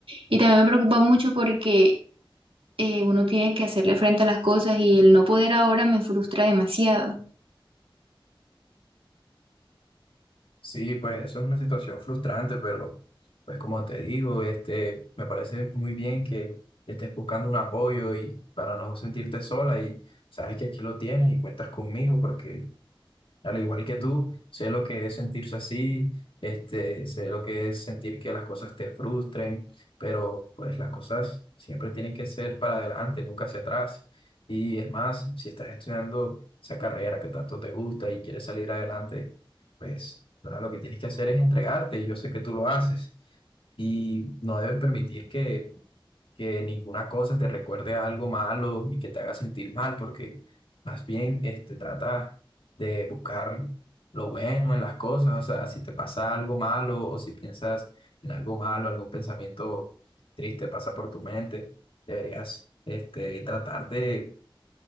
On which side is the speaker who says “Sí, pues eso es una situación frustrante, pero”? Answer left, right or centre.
Left